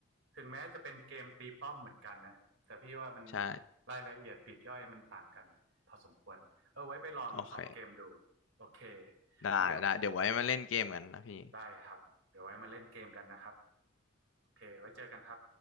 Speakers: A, on the right (about 75°); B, on the left (about 75°).
A: ถึงแม้จะเป็นเกมตีป้อมเหมือนกันนะแต่พี่ว่ามัน
B: ใช่
A: รายละเอียดปลีกย่อยมันต่างกันพอสมควร เออไว้ไปลองงสองเกมดู
B: โอเค
A: โอเค
B: ได้ได้เดี๋ยวไว้มาเล่นเกมกันนะพี่
A: งั้นเดี๋ยวได้ครับเดี๋ยวไว้มาเล่นเกมกันนะครับโอเคไว้เจอกันครับ